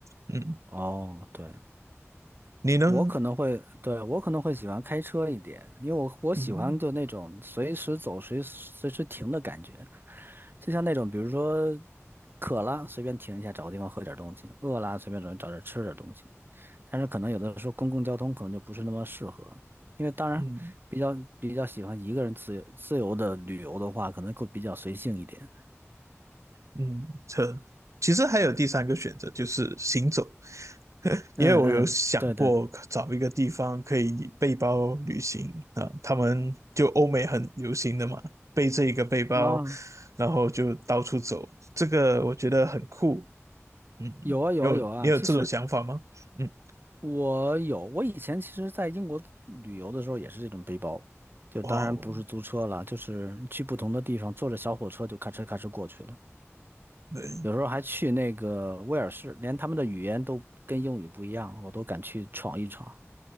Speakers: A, on the right (about 75°); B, on the right (about 45°).
A: 嗯，
B: 哦，对。
A: 你呢？
B: 我可能会，对，我可能会喜欢开车一点，因为我我喜欢就那种随时走、
A: 嗯
B: 随随时停的感觉，就像那种比如说渴了随便停一下，找个地方喝点东西；饿了随便找找点吃点东西。但是可能有的时候公共交通可能就不是那么适合，因为当然比较比较喜欢一个人自由自由的旅游的话，
A: 嗯
B: 可能会比较随性一点。
A: 嗯，车。其实还有第三个选择，就是行走，<laughs>
B: 嗯嗯，
A: 因为我有想过找一个地方可以背包旅行啊，
B: 对对
A: 他们就欧美很流行的嘛，背着一个背包，
B: 啊，
A: 然后就到处走，这个我觉得很酷。嗯，
B: 有啊有啊有啊，
A: 你有你有这种想法吗？
B: 其实。
A: 嗯，
B: 我有，我以前其实在英国旅游的时候也是这种背包，就当然不是租车了，
A: 哇哦，
B: 就是去不同的地方，坐着小火车就咔哧咔哧过去了。
A: 对。
B: 有时候还去那个威尔士，连他们的语言都跟英语不一样，我都敢去闯一闯，